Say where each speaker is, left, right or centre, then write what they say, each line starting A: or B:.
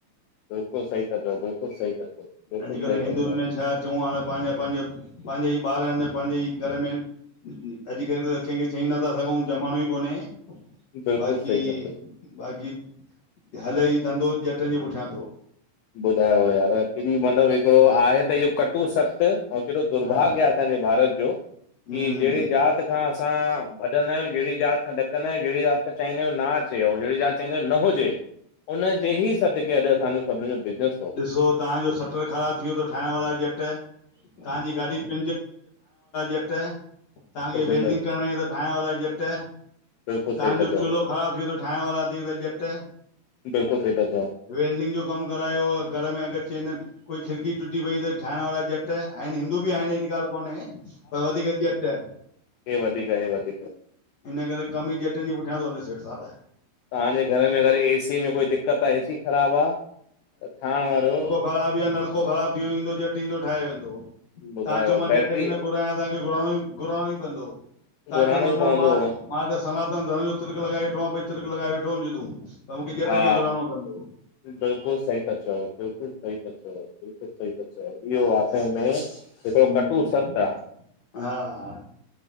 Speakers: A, on the left; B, on the left.
A: बिल्कुलु सही था चओ, बिल्कुलु सही था बिल्कुलु
B: अॼुकल्ह
A: सही
B: हिंदुुनि
A: था चओ
B: में छा चऊं हाणे पाहिंजा पाहिंजा पाहिंजा ई ॿार आहिनि पाहिंजे ई घर मे अॼुकल्ह त कंहिंखे चई नथा सघूं, जमानो ई कोन्हे
A: बिल्कुलु
B: बाक़ी,
A: सही था चओ
B: बाक़ी हले ई धंधो ॼटनि जे पुठियां थो।
A: ॿुधायो यार केॾी <unintelligible> मल हिकिड़ो आहे त इहो कटूं सत्य् ऐं केॾो दुर्भाग्य
B: हा
A: आ असांजे भारत जो, की
B: हम्म
A: जहिड़ी जात जात खां असां भॼंदा आहियूं जेड़ी जाति खां ॾकंदां आहियूं जेड़ी जाति त चाहीदां आहियू न अचे और जेड़ी जात चईदां आयू न हुजे, उनजे ही सदके अॼु असांजो सभनी जो बिज़नस
B: ॾिसो तव्हांजो सटर ख़राब थी वियो तव, ठाहिण वारा ॼट तव्हांजी गाॾी प <unintelligible> ॼट तांखे
A: हा
B: वेल्डिंग कराइण ठहिण वारा ॼट
A: बिल्कुलु सही
B: तांहजो
A: था चओ
B: चूल्हो ख़राब थी वियो थो ठाहिण वारा भी त जट
A: बिल्कुलु सही ता चओ।
B: वेल्डिंग जो कमु करायो हो घर में, अगर चवंदा आहिनि कोई खिड़की टुटी पई त ठाहिण वारा ॼ त आहिनि हिंदू बि आहिनि, अहिड़ी ॻाल्हि कोन्हे, पर वधीक ॼट
A: हे वधीक आ, हे वधीक आ
B: हिन करे कमु ही ॼटनि जे पुठियां थो हले सेठ साहिब
A: तांहजे घर में अगर एसी में कोई दिक़्क़त आ, ए सी ख़राबु आ, त हा यार
B: ख़राब या नलको ख़राब थी वियो ईंदो ॼट ईंदो ठाहे वेंदो,
A: ॿुधायो
B: तां चओ मां
A: बैटरी
B: ॼट खे न घुरायां तांहजो घराइणो, घुराइणो ई पवंदो तां
A: घुराइणो
B: चवंदव न
A: ई पवंदो
B: मां मां त सनातन धर्म जो तिलिक लॻाए वेठो हुम, भई तिलिक लॻाए वेठो हुञजे तूं, त मूंखे
A: हा
B: ॼट खे घुराइणो पवंदो।
A: बिल्कुलु सही त चओ, बिल्कुलु सही त चओ। बिल्कुलु सही था चयो, इहो वाकई में हिकड़ो
B: हम्म
A: कटू सत आ।
B: हा।